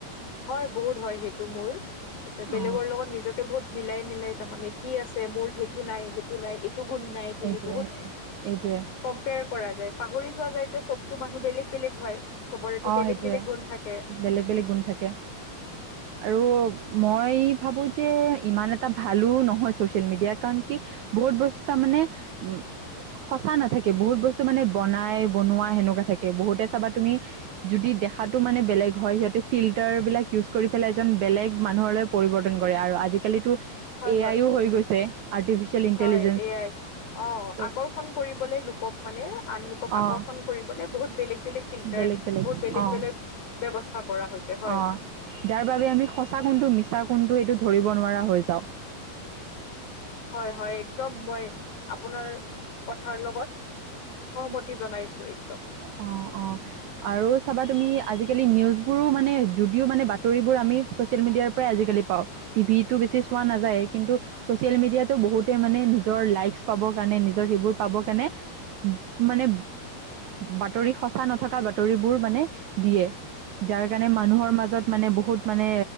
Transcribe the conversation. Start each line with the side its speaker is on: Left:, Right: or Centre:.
Left: হয়, বহুত হয় সেইটো মোৰ, তাৰপিছত বেলেগৰ
Right: অ
Left: লগত নিজকে বহুত মিলাই মিলাই তাৰমানে কি আছে মোৰ সেইটো নাই সেইটো এইটো গুণ নাই বুলি
Right: এইটোৱে
Left: বহুত
Right: এইটোৱে
Left: কম্পেয়াৰ কৰা যায়, পাহৰি যোৱা যায়, যে চবতো মানুহ বেলেগ বেলেগ হয়। চবৰেতো
Right: অ
Left: বেলেগ
Right: সেইটোৱে
Left: বেলেগ গুণ থাকে।
Right: বেলেগ, বেলেগ গুণ থাকে।
Left: <inaudible>
Right: আৰু মই ভাবো যে ইমান এটা ভালো নহয়, ছ'চিয়েল মিডিয়া কাৰণ কি বহুত বস্তু তাৰমানে উ সঁচা নাথাকে, বহুত বস্তু মানে বনাই, বনোৱাই সেনেকুৱা থাকে, বহুতে চাবা তুমি যদি দেখাটো মানে বেলেগ হয়, সিহঁতে ফিল্টাৰ বিলাক ইউজ কৰি পেলাই, এজন বেলেগ মানুহলৈ পৰিৱৰ্তন কৰে আৰু আজিকালিতো
Left: হয়,
Right: এ
Left: হয়।
Right: আইও হৈ গৈছে আৰ্টিফিচিয়েল ইণ্টেলিজেঞ্চ।
Left: হয় এয়াই অ
Right: ত'
Left: আকৰ্ষণ কৰিবলে লোকক মানে আন লোকক আকৰ্ষণ
Right: অঁ
Left: কৰিবলে বহুত বেলেগ বেলেগ ফিল্টাৰ,
Right: বেলেগ
Left: বহুত বেলেগ
Right: অঁ
Left: বেলেগ ব্যয়স্থা কৰা হৈছে হয়।
Right: অঁ যাৰ আমি সঁচা কোনটো, মিছা কোনটো, এইটো ধৰিব নোৱাৰা হৈ যাওঁ।
Left: হয় হয় একদম মই আপোনাৰ কথাৰ লগত সহমতি জনাইছো একদম।
Right: অ', অ'। আৰু চাবা তুমি আজিকালি নিউজবোৰো মানে জুদিও মানে বাতৰিবোৰ আমি ছ'চিয়েল মিডিয়াৰ প্ৰায় আজিকালি পাওঁ, টিভিটো বেছি চোৱা নাযায়, কিন্তু ছচিয়েল মিডিয়াতো বহুতে মানে নিজৰ লাইকচ পাবৰ কাৰণে, নিজৰ সেইবোৰ পাবৰ কাৰণে মানে, বাতৰি সঁচা নথকা বাতৰিবোৰ মানে দিয়ে। যাৰ কাৰণে, মানুহৰ মাজত মানে, বহুত মানে